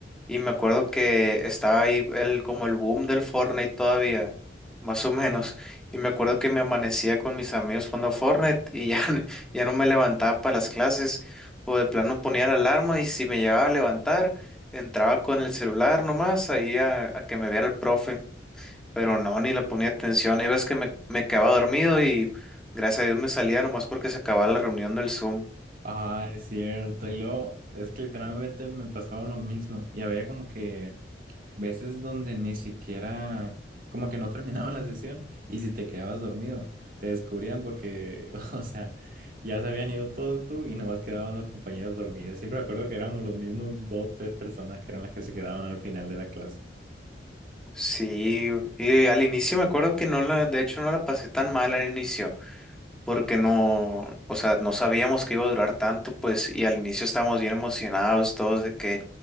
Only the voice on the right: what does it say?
Ah, es cierto. Y luego, es que literalmente me pasaba lo mismo. Y había como que veces donde ni siquiera, como que no terminaban la sesión y si te quedabas dormido, te descubrían porque, <laughs> o sea, ya se habían ido todos tú y nomás quedaban los compañeros dormidos. Siempre me acuerdo que éramos los mismos dos, tres personas que eran las que se quedaban al final de la clase.